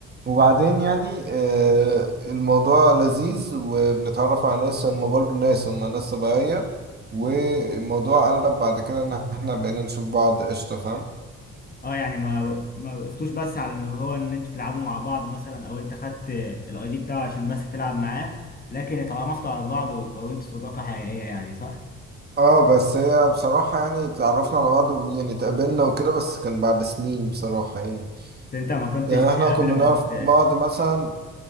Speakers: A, on the right (about 35°); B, on the left (about 30°).
A: وبعدين يعني آه الموضوع لذيذ وبنتعرف على ناس هم برضه ناس هم ناس طبيعية والموضوع قلب بعد كده ان احنا بقينا نشوف بعض قشطة فاهم
B: اه يعني ما وق- ما وقفتوش بس على ان هو ان انتوا تلعبوا مع بعض مثلا او انت خدت الاي دي بتاعه عشان بس تلعب معاه لكن اتعرفتوا على بعض وكونتوا صداقة حقيقية يعني صح؟
A: اه بس هي بصراحة يعني اتعرفنا على بعض ويعني اتقابلنا وكده بس كان بعد سنين بصراحة يعني
B: بس انت ما كنتش
A: يعني احنا كنا
B: قبل
A: نعرف
B: ما ت...
A: بعض مثلا